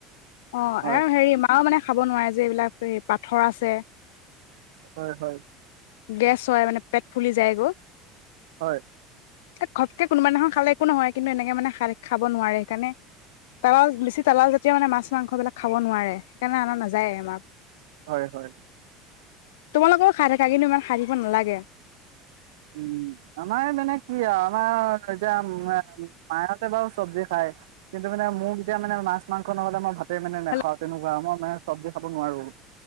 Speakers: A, on the left; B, on the right.
A: অ
B: হয়
A: আৰু হেৰি মাও মানে খাব নোৱাৰে যে এইবিলাক এই পাথৰ আছে।
B: হয় হয়।
A: গেছ হয় মানে পেট ফুলি যায় গৈ।
B: হয়।
A: ঘটকে কোনোবা দিনাখন খালে একো নহয় কিন্তু এনেকে মানে খ খাব নোৱাৰে সেইকাৰণে তাল বেছি তাল জাতীয় মানে মাছ মাংসবলাক খাব নোৱাৰে সেইকাৰণে অনা নাযায় আমা
B: হয় হয়।
A: তোমালোকৰ খা কিন্তু ইমান সাৰিব নালাগে।
B: উ আমাৰ মানে কি আৰু আমাৰ এতিয়া মায়তে বাৰু চব্জি খায় কিন্তু মানে মোক এতিয়া মানে মাছ মাংস নহ'লে মই ভাত তা মানে নাখাওঁ
A: হেল্ল
B: তেনেকুৱা মই মানে চব্জ খাব নোৱাৰো